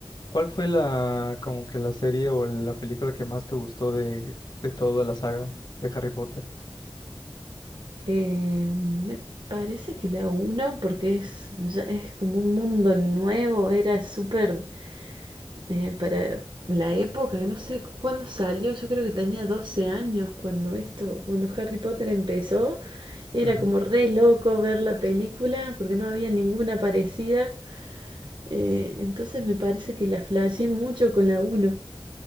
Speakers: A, on the left; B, on the right.
A: ¿Cuál fue la, como que la serie o la película que más te gustó de, de toda la saga de Harry Potter?
B: Eh, me parece que la uno, porque es, ya es como un mundo nuevo, era súper eh, para la época, que no sé cuándo salió, yo creo que tenía 12 años cuando esto, cuando Harry Potter empezó, era
A: Ujú.
B: como re loco ver la película porque no había ninguna parecida. eh, entonces me parece que la flashé mucho con la uno